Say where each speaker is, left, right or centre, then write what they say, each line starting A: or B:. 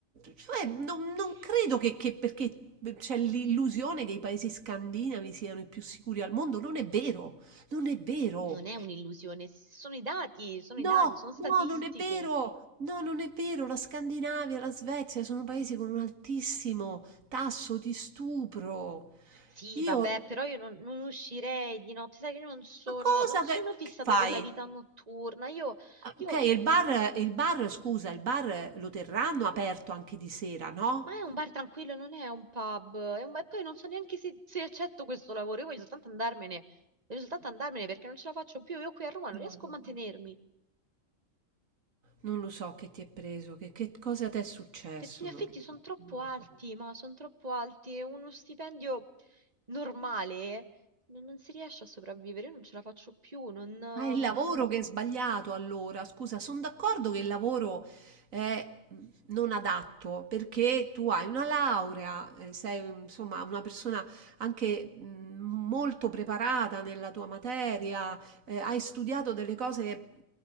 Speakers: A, on the right; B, on the right.
A: cioè, non, non credo che, che perché c'è l'illusione che i paesi scandinavi siano i più sicuri al mondo. Non è vero, non è vero.
B: Non è un'illusione, sono i dati, sono i
A: No,
B: dati, sono statistiche.
A: no, non è vero! No, non è vero! La Scandinavia, la Svezia sono paesi con un altissimo tasso di stupro.
B: Sì,
A: Io,
B: vabbè, però io non, non uscirei di notte, sai che non sono,
A: ma cosa
B: non sono
A: che,
B: fissata
A: che fai?
B: con la vita notturna. Io,
A: Ah,
B: io-
A: Ok, il bar, il bar, scusa, il bar lo terranno aperto anche di sera, no?
B: ma è un bar tranquillo, non è un pub. È un, bar- e poi non so neanche se, se accetto questo lavoro. Io voglio soltanto andarmene, voglio soltanto andarmene perché non ce la faccio più. Io qui a Roma non
A: No,
B: riesco
A: vabbè.
B: a mantenermi.
A: Non lo so che ti è preso, che, che cosa ti è successo,
B: Perché gli affitti
A: non lo so,
B: sono troppo
A: non lo
B: alti,
A: so.
B: ma sono troppo alti e uno stipendio normale non, non si riesce a sopravvivere, io non ce la faccio più, non... ehm,
A: Ma è il lavoro che è sbagliato allora, scusa, sono d'accordo che il lavoro è mhmm, non adatto perché tu hai una laurea, eh, sei insomma una persona anche mh, molto preparata nella tua materia, eh, hai studiato delle cose